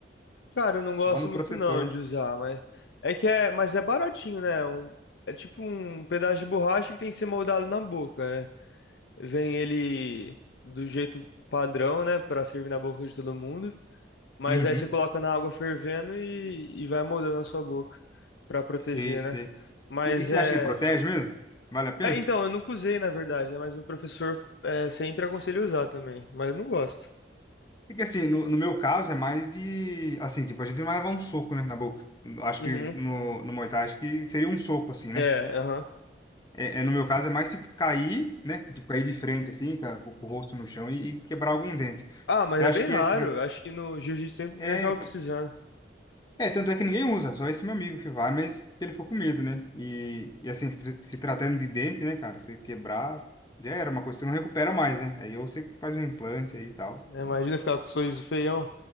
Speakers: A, on the left (about 70°); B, on the left (about 20°).
A: cara, eu não
B: Só
A: gosto
B: no
A: muito
B: protetor.
A: não de usar, mas é que é, mas é baratinho, né? Um- é tipo um pedaço de borracha que tem que ser moldado na boca, né? Vem ele do jeito padrão, né, Pra servir na boca de todo mundo, mas
B: Uhum.
A: aí você coloca na água fervendo e, e vai moldando a sua boca pra proteger,
B: Sei, sei.
A: né? Mas
B: E, e você
A: é
B: acha que protege mesmo? Vale a pena?
A: É, então, eu nunca usei, na verdade, né? Mas meu professor é, sempre aconselha a usar também. Mas eu não gosto.
B: Porque assim, no, no meu caso é mais de. Assim, tipo, a gente não vai levar um soco, né, na boca. Acho
A: Uhum.
B: que no, no Muay Thai, acho que seria um soco, assim, né?
A: É, aham.
B: É, é, no meu caso é mais tipo cair, né? Tipo, cair de frente, assim, com, a- com o rosto no chão e, e quebrar algum dente.
A: Ah, mas
B: Você
A: é
B: acha
A: bem
B: que
A: raro.
B: esse. que eu-
A: Acho que no jiu-jitsu sempre
B: É,
A: nem acaba
B: então.
A: precisando.
B: É, tanto é que ninguém usa, só esse meu amigo que vai, mas porque ele ficou com medo, né? E, e assim, se, tra- se tratando de dente, né, cara, você quebrar, já era uma coisa que você não recupera mais, né? Aí ou você faz um implante aí e tal.
A: né?
B: Então,
A: Imagina ficar com o sorriso feião